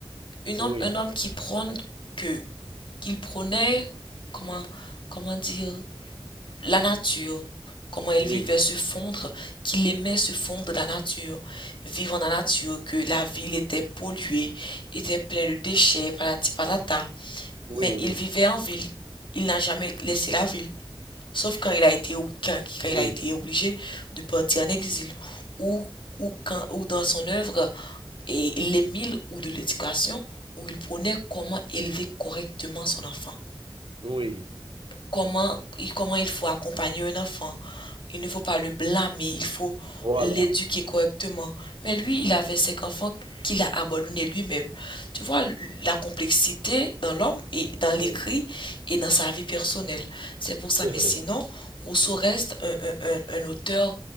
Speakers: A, on the left; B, on the right.
A: Un
B: oui,
A: homme, un homme qui prône que, qu'il prenait comment, comment dire, la nature, comment elle
B: oui,
A: vivait se fondre, qu'il aimait se fondre dans la nature, vivre dans la nature, que la ville était polluée, était pleine de déchets, patati patata.
B: oui,
A: Mais
B: oui,
A: il vivait
B: oui.
A: en ville. Il n'a jamais laissé la ville, sauf quand il a été, quand, quand il
B: oui.
A: a été obligé de partir en exil, ou, ou, quand, ou dans son œuvre, et l'Émile ou de l'éducation, où il prenait comment élever correctement son enfant
B: Oui,
A: comment, il comment il faut accompagner un enfant. Il ne faut pas le blâmer, il faut
B: voilà.
A: l'éduquer correctement. Mais lui, il avait cinq enfants qu'il a abandonnés lui-même. Tu vois l- la complexité dans l'homme et dans
B: Oui,
A: l'écrit et dans sa vie personnelle. C'est pour
B: c'est
A: ça. Mais
B: vrai.
A: sinon, Rousseau reste un, un- un- un auteur